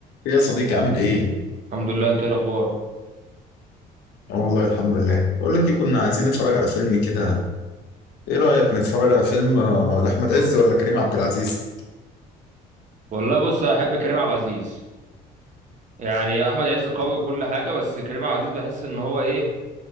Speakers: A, on the left; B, on the right.
A: ايه يا صديقي عامل ايه؟
B: الحمد لله انت ايه الاخبار
A: آه والله الحمد لله بقول لك ايه كنا عايزين نتفرج على فيلم كده ايه رأيك نتفرج على فيلم آه، لأحمد عز ولا كريم عبد العزيز؟
B: والله بص احب كريم عبد العزيز يعني احمد عز قوي وكل حاجه بس كريم عبد العزيز بحس ان هو ايه